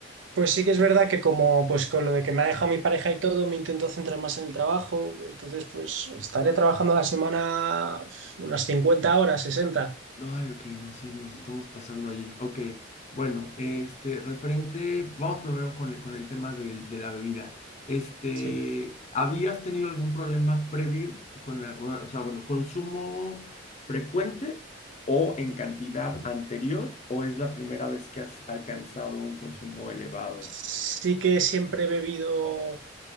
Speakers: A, on the right; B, on the left.
A: Pues sí que es verdad que como pues con lo de que me ha dejado mi pareja y todo, me intento centrar más en el trabajo. Entonces pues estaré trabajando a la semana unas cincuenta horas, sesenta
B: Ay, ok, no, sí, nos estamos pasando allí. Ok, bueno, este, referente, vamos primero con, con el tema del- de, la bebida. Este,
A: Sí.
B: ¿habías tenido algún problema previo con la, o o sea, bueno, consumo frecuente o en cantidad anterior, o es la primera vez que has alcanzado un consumo elevado?
A: Sí que siempre he bebido